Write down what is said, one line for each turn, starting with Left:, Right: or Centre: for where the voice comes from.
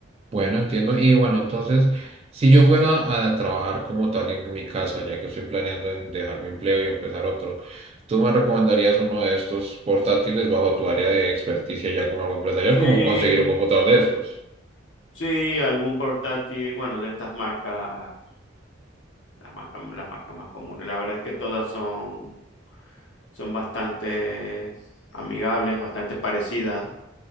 Right: bueno, entiendo. Y bueno, entonces, si
Left: Sí.
Right: yo fuera a trabajar como tal en mi casa, ya que estoy planeando en dejar mi empleo y empezar otro, ¿tú me recomendarías uno de estos portátiles bajo tu área de experticia ya como algo empresarial,
Left: Sí,
Right: como conseguir un computador de estos?
Left: sí, algún portátil, bueno, de estas marcas, las marcas, las marcas más comunes. La verdad es que todas son, son bastante amigables, bastante parecidas.